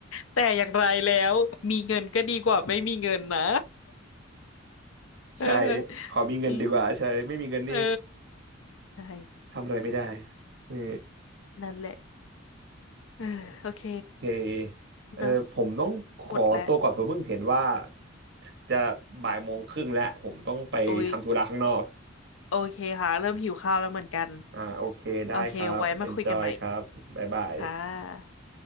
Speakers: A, on the left (about 80°); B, on the right (about 60°).
A: แต่อย่างไรแล้วมีเงินก็ดีกว่าไม่มีเงินนะ <laughs> เออ
B: ใช่ขอมีเงินดีกว่าใช่ไม่มีเงินนี่
A: อืมเออใช่
B: ทำอะไรไม่ได้เออ
A: นั่นแหละเออโอเค
B: เคเออผมต้องขอตัวก่อนผมเพิ่งเห็นว่า
A: เนอะหมดแล้ว
B: จะบ่ายโมงครึ่งแล้วผมต้องไปทำธุระข้างนอก
A: โอ้ยโอเคค่ะเริ่มหิวข้าวแล้วเหมือนกัน
B: อ่าโอเค ได้ครับ
A: โอเคไว้มาคุยกันใหม่
B: enjoy ครับ บ๊ายบาย
A: ค่ะ